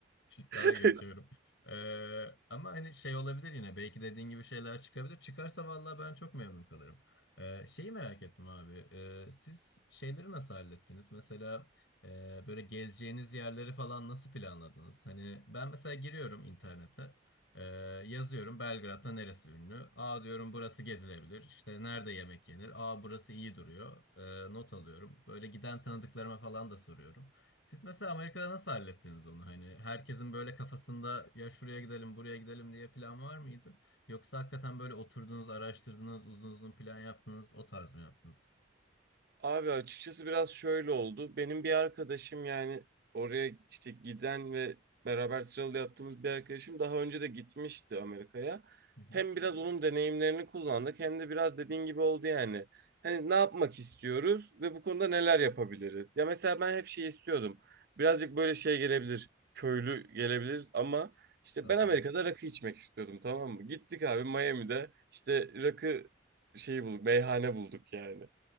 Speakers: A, on the left; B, on the right.
A: daha
B: <laughs>
A: geçiyorum. E, ama hani şey olabilir yine belki dediğin gibi şeyler çıkabilir. Çıkarsa vallahi ben çok memnun kalırım. E, şeyi merak ettim abi. E, siz şeyleri nasıl hallettiniz? Mesela ee, böyle gezeceğiniz yerleri falan nasıl planladınız? Hani ben mesela giriyorum internete. Ee, yazıyorum Belgrad'da neresi ünlü? Aa diyorum burası gezilebilir. İşte nerede yemek yenir? Aa burası iyi duruyor. Ee, not alıyorum. Böyle giden tanıdıklarıma falan da soruyorum. Siz mesela Amerika'da nasıl hallettiniz onu? Hani herkesin böyle kafasında ya şuraya gidelim buraya gidelim diye plan var mıydı? Yoksa hakikaten böyle oturdunuz, araştırdınız, uzun uzun plan yaptınız, o tarz mı yaptınız?
B: Abi açıkçası biraz şöyle oldu. Benim bir arkadaşım yani oraya işte giden ve beraber sıralı yaptığımız bir arkadaşım daha önce de gitmişti Amerika'ya.
A: Hı hı.
B: Hem biraz onun deneyimlerini kullandık hem de biraz dediğin gibi oldu yani. Hani ne yapmak istiyoruz ve bu konuda neler yapabiliriz? Ya mesela ben hep şey istiyordum. Birazcık böyle şey gelebilir, köylü gelebilir ama işte
A: Estağfurullah.
B: ben Amerika'da rakı içmek istiyordum tamam mı? Gittik abi Miami'de işte rakı şeyi bulduk, meyhane bulduk yani.